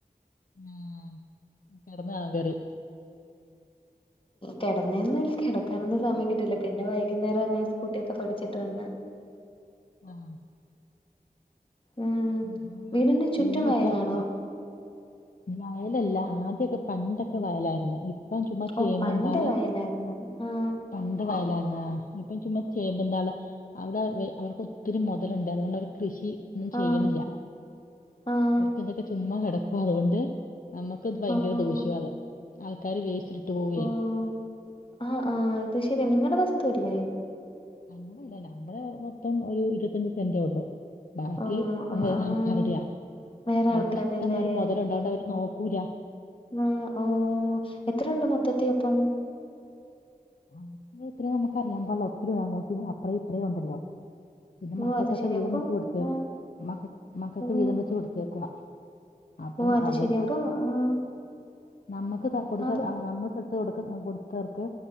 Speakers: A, on the left; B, on the left.
A: ആഹ് കെടന്ന് കാണും കേറി
B: കിടന്നേന്നു കിടക്കാനൊന്നും സമയം കിട്ടില്ല പിന്നെ വൈകുന്നേരം <unintelligible> സ്കൂട്ടിയൊക്കെ പഠിച്ചിട്ട് വന്ന്
A: ആഹ്
B: ഉം
A: <unintelligible>
B: വീടിന് ചുറ്റും വയലാണോ
A: വയലല്ല ആദ്യൊക്കെ പണ്ടൊക്കെ വയലായിരുന്നു ഇ പ്പം ചുമ്മാ ചേമ്പും
B: ഓ പണ്ട്
A: താള്
B: വയലായിരുന്നു ആഹ്
A: പണ്ട് വായലായിരുന്ന് ഇപ്പൊ ചുമ്മാ ചേമ്പുംന്താള അവിടെ അവർക്ക് ഒത്തിരി മുതലുണ്ടെ അതുകൊണ്ട് അവര് കൃഷി ഒന്നും ചെയ്യണില്ല
B: ആഹ് ആഹ്
A: അവർക്ക് ഇതൊക്കെ ചുമ്മാ കിടക്കുവ അതുകൊണ്ട് നമ്മ ത് ഭയങ്കര
B: ആഹ്
A: ദോഷ്യമാത ആൾക്കാര് വേസ്റ്റിട്ടിട്ട് പോവേ
B: ഓഹ് ആഹ് ആഹ് അത് ശരിയ നിങ്ങടെ വസ്തുവല്ലേ?
A: നമ്മുടെല്ല നമ്മള മൊത്തം ഒരു ഇരുപത്തഞ്ച് സെന്റേ ഉള്ളു ബാക്കി
B: ഓഹ് ആഹ്
A: വേറെ
B: ആഹ്
A: ആൾക്കാരുടെയാ
B: വേറെ
A: അവർക്ക്
B: ആൾക്കാര്ടെല്ലേ
A: ഇഷ്ടംമാരി മുതലുണ്ട് അതോണ്ടവര് നോക്കൂല
B: ആഹ് ആഹ് എത്രയുണ്ട് മൊത്തത്തി അപ്പം?
A: <unintelligible> നമുക്ക് അറിയാൻ പാടില്ല ഒത്തിരി അങ്ങോട്ടും അപ്പറേ ഇത്രേ ഉണ്ടല്ലോ പിന്നെ
B: ഓഹ്
A: മക്കക്കൊക്കെ
B: അത് ശെരി
A: വീതം
B: അപ്പൊ
A: വെച്ച് കൊടുത്ത്
B: ആഹ്
A: മ മക്കക്ക്
B: ഓഹ്
A: വീതം വെച്ച് കൊടുത്തേക്കുവ അപ്പം
B: ഓഹ് അത്
A: അവര്ക്ക്
B: ശെരി അപ്പൊ ആഹ്
A: നമ്മുക്ക് കൊടുത്ത
B: ആഹ് പ
A: നമ്മള് സൊത്ത് കൊടുക്ക് കൊടുത്തവർക്ക്